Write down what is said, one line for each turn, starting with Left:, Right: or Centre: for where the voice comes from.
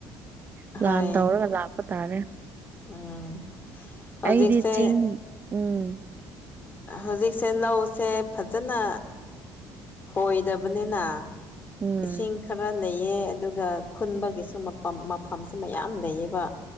Right: ꯄ꯭ꯂꯥꯟ
Left: ꯍꯣꯏ
Right: ꯇꯧꯔꯒ ꯂꯥꯛꯄ ꯇꯥꯔꯦ
Left: ꯎꯝ ꯍꯧꯖꯤꯛꯁꯦ
Right: ꯑꯩꯗꯤ ꯆꯤꯡ ꯎꯝ
Left: ꯍꯧꯖꯤꯛꯁꯦ ꯂꯧꯁꯦ ꯐꯖꯅ ꯈꯣꯏꯗꯕꯅꯤꯅ
Right: ꯎꯝ
Left: ꯏꯁꯤꯡ ꯈꯔ ꯂꯩꯌꯦ ꯑꯗꯨꯒ ꯈꯨꯟꯕꯒꯤꯁꯨ ꯃꯄꯝ ꯃꯐꯝꯁꯦ ꯃꯌꯥꯝ ꯂꯩꯌꯦꯕ